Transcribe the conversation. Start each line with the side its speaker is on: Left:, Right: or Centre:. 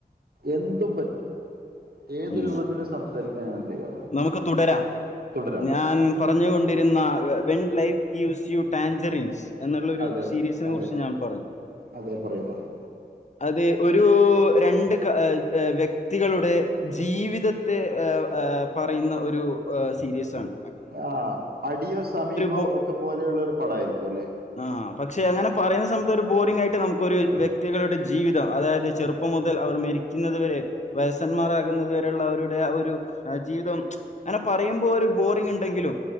Right: എന്തും പറ്റും. ഏത്
Left: ഉം.
Right: രൂപത്തിലും സം ഉപയോഗിക്കാൻ അറിയൊ
Left: നമുക്ക് തുടരാം
Right: തുടരാം
Left: ഞാൻ പറഞ്ഞുകൊണ്ടിരുന്ന when life gives you tangerines എന്നുള്ളൊരു
Right: അതെ
Left: സീരീസിനെ
Right: അതെ
Left: കുറിച്ച് ഞാൻപറഞ്ഞു
Right: അതെ പറയൂ പറയൂ
Left: അതെ ഒരൂ രണ്ട് ക വ്യക്തികളുടെ ജീവിത ത്തെ എ ഏ പറയുന്ന ഒരു സീരീസാണ്
Right: ആ അടിയോ സമീഗോ
Left: ബോ-
Right: ഒക്കെ പോലെയുള്ളൊരു പടായിരിക്കും അല്ലെ
Left: ആ പക്ഷെ അങ്ങനെ പറയുന്ന സമയത്തൊരു ബോറിങ്ങായിട്ട് നമുക്കൊരു വ്യക്തികളുടെ ജീവിതം അതായത് ചെറുപ്പ് പ്പം മുതൽ അവർ മരിക്കുന്നതുവരെ വയസന്മാരാകുന്നതു വരെയുള്ളവരുടെ ആ ഒരു ആജ് ജീവിതം അങ്ങനെ പറയുമ്പോ ഒരു ബോറിങ്ങുണ്ടെങ്കിലും